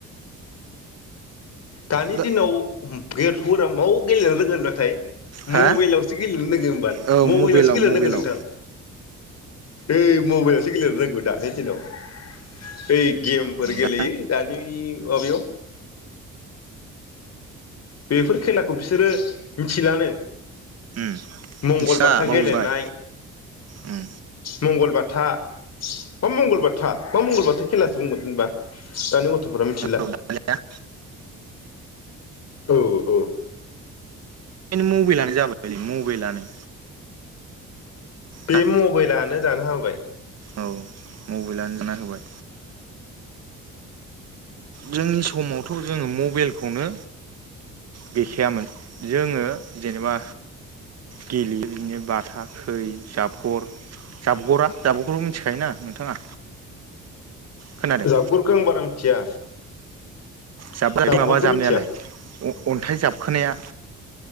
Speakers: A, on the left (about 55°); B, on the right (about 55°).
A: दानि
B: दा
A: दिनाव गैया <unintelligible> मौ गेलेना रोंगोन नाथाय
B: हा
A: मबाइलावसो गेलेनो <unintelligible>
B: औ
A: मबाइलावसो
B: मबाइलाव
A: गेलेनो
B: मबाइलाव
A: रोंगो नोंथां ओइ मबाइलावसो गेलेनो रोंगौ दानि दिनाव ओइ गेमफोर गेलेयो
B: दा
A: दानि माबायाव बेफोर खेलाखौ बिसोरो मिथिलानो।
B: उम
A: मंगलबाथा
B: मिथिला बावजोबबाय
A: गेलेनाय
B: उम
A: मंगलबाथा। मा मंगलबाथा? मा मंगलबाथा? खेलासो बुंगोन होनबा दानि गथ'फोरा मिथिला।
B: औ दानिया
A: औ औ
B: एखायनो मबाइलानो जाबायलै मबाइलानो
A: बे
B: हा
A: मबाइलानो जाना हो बाय।
B: औ मबाइलानो जाना होबाय। जोंनि समावथ' जोङो मबाइलखौनो गैखायामोन। जोङो जेनेबा गेलेयो बिदिनो बाथा खै जाबगर जाबगरा जाबगरबो मिथिखायोना नोंथाङा? खोनादों
A: जाबगुरखो आं बारा मिथिया।
B: जाब
A: जाबगुरखौ
B: <unintelligible> माबा जाबनायालाय
A: मिथिया
B: अन्थाइ जाबखोनाया